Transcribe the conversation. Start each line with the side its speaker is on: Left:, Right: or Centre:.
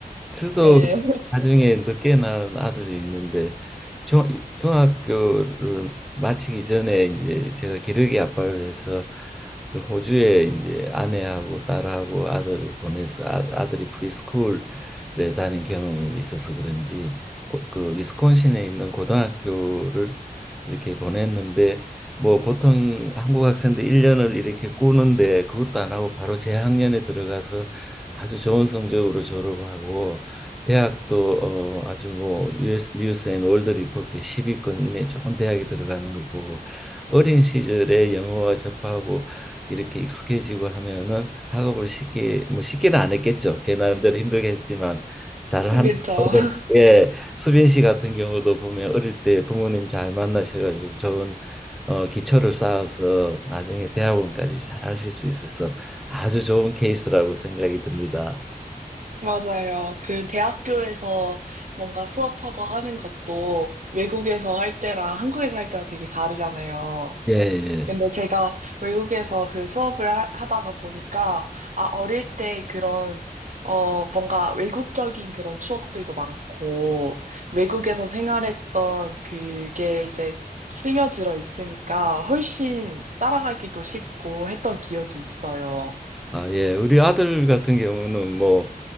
Centre: 저도
Right: 예, <laughs>
Centre: 나중에 늦게 낳은 아들이 있는데 중, 중학교를 마치기 전에 이제 제가 기러기 아빠를 해서 그 호주에 이제 아내하고 딸하고 아들을 보내서 아, 아들이 프리스쿨에 다닌 경험이 있어서 그런지 고, 그 위스콘신에 있는 고등학교를 이렇게 보냈는데 뭐 보통 한국 학생들 1년을 이렇게 꾸는데 그것도 안 하고 바로 재학년에 들어가서 아주 좋은 성적으로 졸업하고 대학도 어, 아주 뭐 US 뉴스 앤 월드 리포트 10위권 이내 좋은 대학에 들어가는 걸 보고 어린 시절에 영어와 접하고 이렇게 익숙해지고 하면은 학업을 쉽게 뭐 쉽게는 안 했겠죠. 걔 나름대로 힘들게 했지만 잘하는
Right: 그렇죠.
Centre: 방법.
Right: <laughs>
Centre: 예 수빈 씨 같은 경우도 보면 어릴 때 부모님 잘 만나셔가지고 좋은 어, 기초를 쌓아서 나중에 대학원까지 잘 하실 수 있어서 아주 좋은 케이스라고 생각이 듭니다.
Right: 맞아요. 그 대학교에서 뭔가 수업하고 하는 것도 외국에서 할 때랑 한국에서 할 때랑 되게 다르잖아요.
Centre: 예, 예.
Right: 근데 제가 외국에서 그 수업을 하, 하다가 보니까, 아, 어릴 때 그런, 어, 뭔가 외국적인 그런 추억들도 많고, 외국에서 생활했던 그게 이제 스며들어 있으니까 훨씬 따라가기도 쉽고 했던 기억이 있어요.
Centre: 아, 예. 우리 아들 같은 경우는 뭐